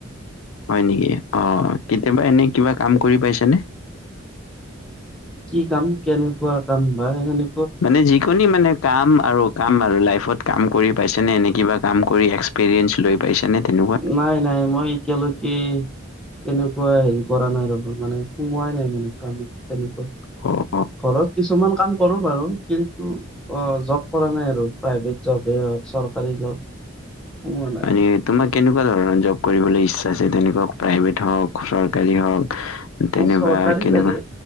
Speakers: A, on the left; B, in the centre.
A: হয় নেকি অ কেতিয়াবা এনে কিবা কাম কৰি পাইছে নে?
B: কি কাম কেনেকুৱা কাম বা সেইখিনি
A: মানে যি কোনি মানে কাম আৰু কাম আৰু লাইফত কাম কৰি পাইছেনে, এনেই কিবা কাম কৰি এক্সপিৰিয়েঞ্চ লৈ পাইছানে তেনেকুৱা?
B: নাই নাই, মই এতিয়ালৈকে তেনেকুৱা হেৰি কৰা নাই ৰ'বা মানে সোমোৱাই নাই মানে কামত, তেনেকুৱা।
A: <unintelligible> হ
B: ঘৰত কিছুমান কাম কৰোঁ বাৰু, কিন্তু অঁ জব কৰা নাই আৰু, প্ৰাইভেট জবেই হওঁক চৰকাৰী জব, সোমোৱা নাই।
A: মানে তোমাক কেনেকুৱা ধৰণৰ জ'ব কৰিবলৈ ইচ্ছা আছে, তেনেকুৱা প্ৰাইভেট হওক, চৰকাৰী হওক, তেনেবা
B: চৰকাৰী
A: কেনেবা?
B: লাগে